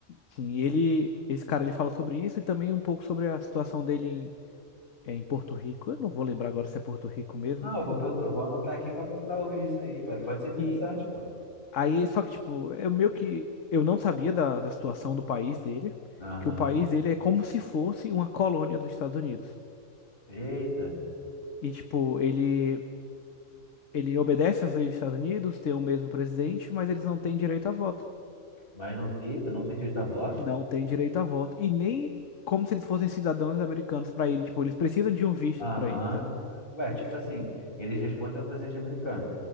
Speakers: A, on the left (about 65°); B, on the left (about 40°).
A: sim, ele, esse cara, ele fala sobre isso e também um pouco sobre a situação dele em, é, em Porto Rico. Eu não vou lembrar agora se é Porto Rico mesmo.
B: Não, eu vou, procu- eu vou anotar aqui pra procurar ouvir isso aí. Pode, pode ser interessante,
A: E
B: pô.
A: aí, só que, tipo, eu meio que, eu não sabia da, da situação do país dele,
B: Aham.
A: que o país dele é como se fosse uma colônia dos Estados Unidos.
B: Eita,
A: E, tipo, ele, ele obedece às leis dos Estados Unidos, tem o mesmo presidente, mas eles não têm direito a voto.
B: mas não, eita, não tem direito a voto?
A: Não têm direito a voto. E nem como se eles fossem cidadãos americanos para ir. Tipo, eles precisam de um visto
B: Aham.
A: para ir, tá?
B: Ué, tipo assim, eles respondem ao presidente americano,